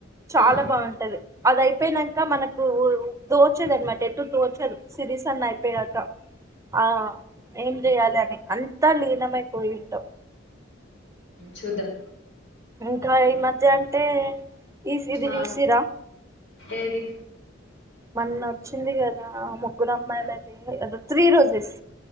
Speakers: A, on the right; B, on the left.
A: చాలా
B: ఆ
A: బాగుంటది అదయిపోనాక మనకు దోచదు అనమాట ఎటు దోచదు సిరీస్ అన్ని అయిపోయానాక ఆ ఏం చెయాలి అని అంతా లీనమై పోయి ఉంటాం
B: చూద్దాం
A: ఇంకా ఈ మధ్య అంటే ఈస్ ఇది
B: ఆ
A: చూసీరా
B: ఏది
A: మీన్న వచ్చింది కదా ఆ ముగ్గురు అమ్మాయిలది త్రీ రోజెస్